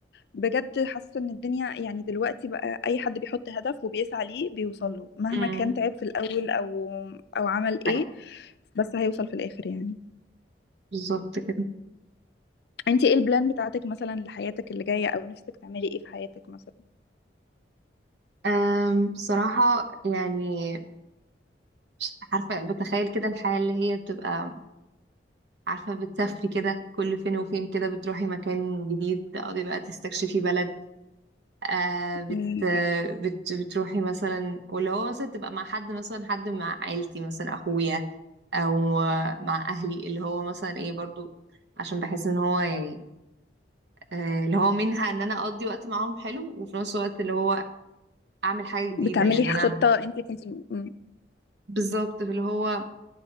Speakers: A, on the left; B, on the right.
A: بجد حاسه ان الدنيا يعني دلوقتي بقى اي حد بيحط هدف وبيسعى ليه بيوصل له مهما
B: امم
A: كان تعب في الاول او او عمل ايه
B: حقيقي.
A: بس هيوصل في الاخر يعني
B: بالظبط كده
A: انت ايه البلان بتاعتك مثلا لحياتك اللي جاية او نفسك تعملي ايه في حياتك مثلا
B: أم بصراحه يعني مش عارفه بتخيل كده الحياه اللي هي بتبقى عارفة بتسافري كده كل فين وفين كده بتروحي مكان جديد تقعدي بقى تستكشفي بلد آه بت
A: مم.
B: بت بتروحي مثلا واللي هو مثلا تبقى مع حد مثلا حد مع عيلتي مثلا أخويا أو مع أهلي اللي هو مثلا إيه برضو عشان بحس إن هو يعني آه اللي هو منها إن أنا أقضي وقت معاهم حلو وفي نفس الوقت اللي هو أعمل حاجة جديدة
A: بتعملي
B: لأن
A: خطة
B: أنا
A: انت كنت مم.
B: بالظبط اللي هو